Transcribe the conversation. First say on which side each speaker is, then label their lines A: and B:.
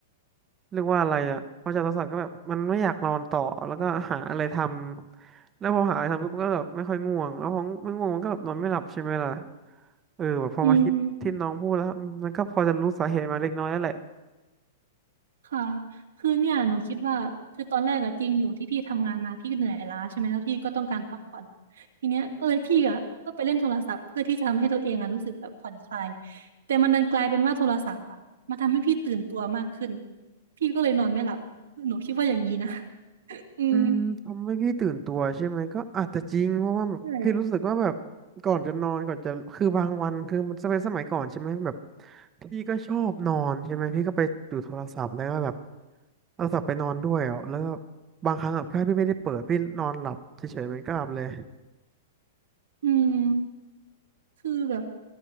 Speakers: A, on the right (about 25°); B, on the right (about 75°).
A: เรียกว่าอะไรอ่ะพอจับโทรศัพท์ก็แบบมันไม่อยากนอนต่อแล้วก็หาอะไรทำแล้วพอหาอะไรทำปุ๊บก็แบบไม่ค่อยง่วงแล้วพอไม่ง่วงมันก็แบบนอนไม่หลับใช่ไหมล่ะเออแบบพอมาคิดที่น้องพูดแล้วอืมมันก็พอจะรู้สาเหตุมาเล็กน้อยแล้วแหละ
B: อืม ค่ะคือเนี่ยหนูคิดว่าคือตอนแรกอะจริงอยู่ที่พี่ทำงานมาพี่ก็เหนื่อยล้าใช่ไหมแล้วพี่ก็ต้องการพักผ่อนทีเนี้ยก็เลยพี่อะก็ไปเล่นโทรศัพท์เพื่อที่จะทำให้ตัวเองอะรู้สึกแบบผ่อนคลายแต่มันดันกลายเป็นว่าโทรศัพท์อะมันทำให้พี่ตื่นตัวมากขึ้นพี่ก็เลยนอนไม่หลับหนูคิดว่าอย่างนี้นะ <laughs> อืม
A: อืมทำให้พี่ตื่นตัวใช่ไหมก็อาจจะจริงเพราะว่าแบบพี่รู้สึกว่าแบบ
B: ใช่
A: ก่อนจะนอนก่อนจะคือบางวันคือมันจะเป็นสมัยก่อนใช่ไหมแบบพี่ก็ชอบนอนใช่ไหมพี่ก็ไปดูโทรศัพท์แล้วก็แบบเอาโทรศัพท์ไปนอนด้วยอ่ะแล้วก็บางครั้งอ่ะถ้าพี่ไม่ได้เปิดพี่นอนหลับเฉยๆมันก็หลับเลย
B: อืม คือแบบ